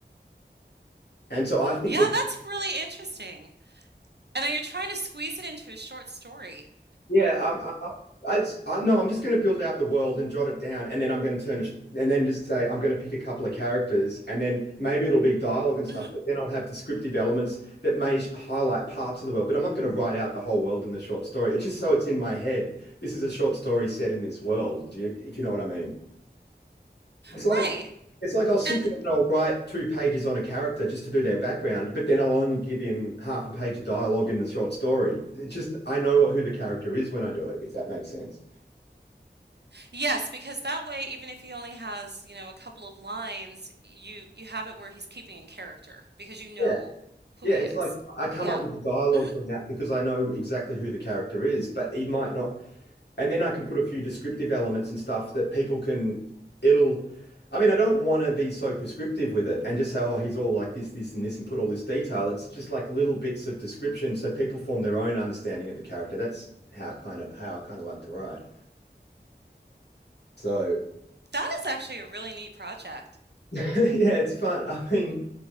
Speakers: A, on the left (about 65°); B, on the right (about 65°).
A: And so I think
B: Yeah,
A: they're.
B: that's really interesting. And then you're trying to squeeze it into a short story.
A: Yeah, um, I, I, I, it's, I, no, I'm just going to build out the world and jot it down, and then I'm going to turn, a sh and then just say I'm going to pick a couple of characters, and then maybe it'll be dialogue and stuff,
B: hmm
A: but then I'll have descriptive elements that may sh- highlight parts of the world. But I'm not going to write out the whole world in the short story. It's just so it's in my head. This is a short story set in this world. Do you, if you know what I mean? It's like
B: Right.
A: it's like I'll sit
B: And
A: down and I'll write two pages on a character just to do their background, but then I'll only give him half a page of dialogue in the short story. It just I know what who the character is when I do it, if that makes sense.
B: yes, because that way, even if he only has, you know, a couple of lines, you you have it where he's keeping in character because you know
A: Yeah.
B: who
A: Yeah,
B: he
A: it's like
B: is.
A: I come
B: Yeah.
A: up with the dialogue
B: Mhm.
A: from that because I know exactly who the character is, but he might not and then I can put a few descriptive elements and stuff that people can. It'll. I mean, I don't want to be so prescriptive with it and just say, oh, he's all like this, this, and this, and put all this detail. It's just like little bits of description, so people form their own understanding of the character. That's how kind of how I kind of like to write. So
B: That is actually a really neat project.
A: <laughs> yeah, it's fun. I mean,